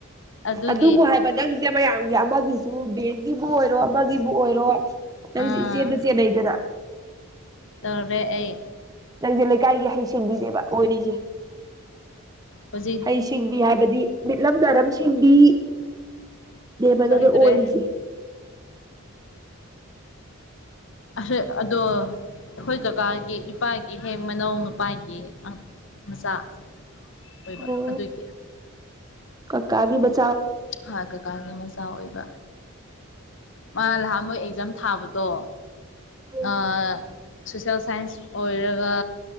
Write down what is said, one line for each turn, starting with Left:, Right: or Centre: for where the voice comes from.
Left: ꯑꯗꯨꯒꯤ
Right: ꯑꯗꯨꯕꯨ ꯍꯥꯏꯕ ꯅꯪꯁꯦ ꯃꯌꯥꯝꯒꯤ ꯑꯃꯒꯤꯁꯨ ꯕꯦꯡꯀꯤꯕꯨ ꯑꯣꯏꯔꯣ ꯑꯃꯒꯤꯕꯨ ꯑꯣꯏꯔꯣ ꯅꯪꯁꯦ
Left: ꯑꯥ
Right: ꯏꯆꯦꯗ ꯆꯦꯟꯅꯩꯗꯅ
Left: ꯇꯧꯔꯦ ꯑꯩ
Right: ꯅꯪꯁꯦ ꯂꯩ ꯂꯩꯀꯥꯏꯒꯤ ꯍꯩ ꯁꯤꯡꯕꯤꯅꯦꯕ ꯑꯣꯏꯔꯤꯁꯦ
Left: ꯍꯧꯖꯤꯛ
Right: ꯍꯩꯁꯤꯡꯕꯤ ꯍꯥꯏꯕꯗꯤ ꯃꯤꯠꯂꯝ ꯅꯔꯝꯁꯤꯡꯕꯤ ꯅꯦꯕ
Left: ꯆꯥꯏꯗ꯭ꯔꯦ
Right: ꯅꯪꯅ ꯑꯣꯏꯔꯤꯁꯤ
Left: ꯑꯁꯦ ꯑꯗꯣ ꯑꯩꯈꯣꯏ ꯀꯥꯀꯥꯒꯤ ꯏꯄꯥꯒꯤ ꯍꯦꯛ ꯃꯅꯥꯎ ꯅꯨꯄꯥꯒꯤ ꯃꯆꯥ ꯑꯣꯏꯕ
Right: ꯑꯣ
Left: ꯑꯗꯨꯒꯤ
Right: ꯀꯀꯥꯒꯤ ꯃꯠ
Left: ꯍꯣꯏ ꯀꯥꯀꯥꯒꯤ ꯃꯆꯥ ꯑꯣꯏꯕ ꯃꯥ ꯂꯍꯥꯟꯃꯨꯛ ꯑꯦꯛꯖꯥꯝ ꯊꯥꯕꯗꯣ
Right: ꯎꯝ
Left: ꯑꯥ ꯁꯣꯁꯤꯌꯦꯜ ꯁꯥꯏꯟꯁ ꯑꯣꯏꯔꯒ